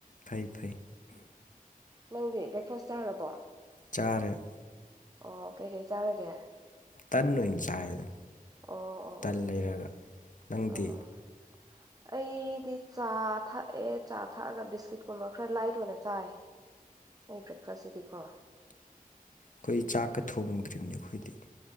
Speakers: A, on the left; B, on the right.
A: ꯐꯩ ꯐꯩ
B: ꯅꯪꯗꯤ ꯕ꯭ꯔꯦꯛꯐꯥꯁ ꯆꯥꯔ꯭ꯕꯣ
A: ꯆꯔꯦ
B: ꯑꯣ ꯀꯩꯀꯩ ꯆꯥꯔꯒꯦ
A: ꯇꯟ ꯑꯣꯏꯅ ꯆꯥꯏꯌꯦꯗ
B: ꯑꯣ ꯑꯣ ꯑꯣ
A: ꯇꯟ ꯂꯩꯔꯒ ꯅꯪꯗꯤ
B: ꯑꯣ ꯑꯣ ꯑꯩꯗꯤ ꯆꯥ ꯊꯛꯑꯦ ꯆꯥ ꯊꯛꯑꯒ ꯕꯤꯁꯀꯤꯠ ꯀꯨꯝꯕ ꯈꯔ ꯂꯥꯏꯠ ꯑꯣꯏꯅ ꯆꯥꯏ ꯑꯩ ꯕ꯭ꯔꯦꯛꯐꯥꯁꯁꯤꯗꯤꯀꯣ
A: ꯈꯣꯏ
B: ꯑꯗꯨꯃꯥꯏꯅ
A: ꯆꯥꯛꯀ ꯊꯨꯝ ꯊꫭꯡꯗ꯭ꯔꯤꯅꯤ ꯑꯈꯣꯢꯗꯤ